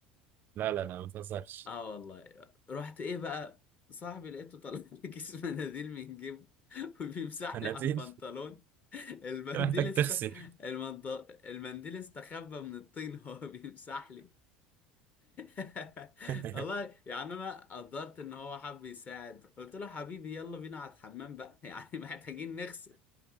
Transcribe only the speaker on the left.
اه والله رحت ايه بقى صاحبي لقيته طلع <laughs> لي كيس مناديل من جيبه <laughs> وبيمسح
لي على البنطلون
المنديل
است
المنط... المنديل استخبى من الطين هو بيمسح لي <laughs>
والله يعني انا قدرت ان هو حب يساعد قلت له حبيبي يلا بينا على الحمام بقى <laughs> يعني محتاجين نغسل